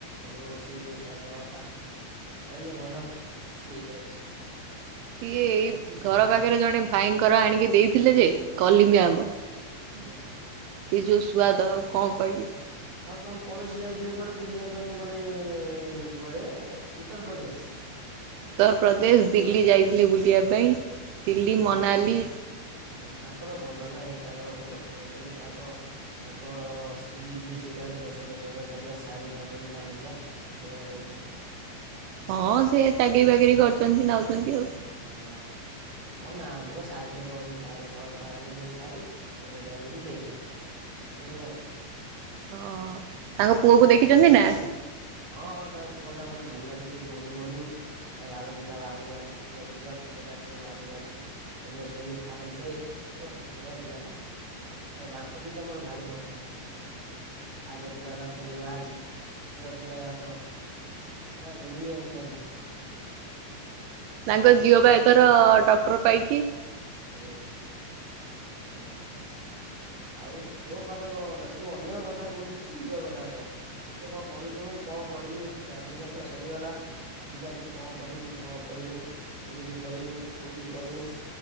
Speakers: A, on the right; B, on the right.
A: ଓହୋ ସିଏ ଯୋଉ ସ୍ଵାଦ ଆଃ। କହିଲେ ମନ ଖୁସି ହେଇଯାଉଛି।
B: ସିଏ ଏଇ ଘର ପାଖରେ ଜଣେ ଭାଇଙ୍କର ଆଣିକି ଦେଇଥିଲେ ଯେ କଲିମି
A: ହୁଁ
B: ଆମ୍ବ
A: ହୁଁ।
B: ସେ ଯୋଉ ସୁଆଦ ଆଉ କଣ କହିବି।
A: ଆଉ ତମ ପଡୋଶୀ ଯାଇଥିଲେ କୁଆଡେ ବୁଲିବା ପାଇଁ ଗୋଟେ କୁଆଡେ ଉତ୍ତରପ୍ରଦେଶ।
B: ଉତ୍ତରପ୍ରଦେଶ ଦିଲ୍ଲୀ ଯାଇଥିଲେ ବୁଲିବା ପାଇଁ
A: ଓହୋ
B: ଦିଲ୍ଲୀ ମନାଲି।
A: ହଁ ତାଙ୍କର ଭଲ ନାଇଁ ତାଙ୍କର ଭଲ ପଳଉଛନ୍ତି ତାଙ୍କ ତାଙ୍କ ସ୍ତ୍ରୀ ଯିଏ ସିଏ କାଳେ ଦଶ ଦଶ ହଜାର ଟଙ୍କିଆ ଶାଢୀ ନଉଚନ୍ତି ଦାମିକିଆ। ମୁଁ ଶୁଣିବାକୁ ପାଇଛି।
B: ହଁ ସେ ଚାକିରିୀ ବାକିରି କରିଛନ୍ତି ନଉଛନ୍ତି ଆଉ।
A: ହଁ। ହଁ ନା ତମ ଶାଢୀ ରେ କଣ ଅଛି ଶାଢ଼ୀ ଶହେ ଟଙ୍କା ହେଲେ ଯୋଉ ଶାଢୀ ଦଶ ହଜାର ହେଲେ ବି ସେଇ ଶାଢୀ। ସେଥିରେ କଣ ଅଛି।
B: ହଁ ତାଙ୍କ ପୁଅକୁ ଦେଖିଚନ୍ତି ନା।
A: ହଁଁ ହଁ ତାଙ୍କ ପୁଅ ଟା ମତେ ଭଲ ଲାଗେ ଟିକେ ଗୋଲୁ ମୋଲୁ। ତା ଗାଲ ଦିଟା ବାହାରୁକୁ ବାହାରିଛି ପୁଚୁକା ପୁଚୁକା ପେଟ ଟା ଟିକେ ବାହାରୁକୁ ବାହାରିଚି। ଏମ୍ ଏସ ଧୋନୀ ଫ୍ୟାନସେ ଓହୋ ବଢ଼ିଆ ପିଲାଟା ସେ। ତା ଦାନ୍ତ ଦିଟା ମୋର ଭାରି ପସନ୍ଦ ଆଗ ଦିଟା ଦାନ୍ତ ଯୋଉ‌ବାହାରିଚି। ପୁ୍ଚୁକା ପୁଚୁରା ଦାନ୍ତ ନାଇଁ ନାଇଁ ମୁନିଆ ମୁନିଆ ଦାନ୍ତ।
B: ତାଙ୍କ ଝିଅ ବା ଏଥର ଡକ୍ଟର ପାଇଚି।
A: ଓ ଭଲ ଭଲ। ଆଉ ତୋ ପାଠ କଣ ହେଲା ତୁ ଅନ୍ୟ କଥା କହୁଛୁ ତୁ ନିଜ କଥା କହ। କେତେ କଣ ପଢିଲୁୁଣୁ କଣ ପଢିଲୁ ଗ୍ରାଜୁଏସନ ତ ସରିଗଲା। ଅବିକା ତୁ କଣ କରିବୁ କଣ ପଢ଼ିବୁ କେମିତି ପଢ଼ିବୁ କୋଉଠି ପଢ଼ିବୁ?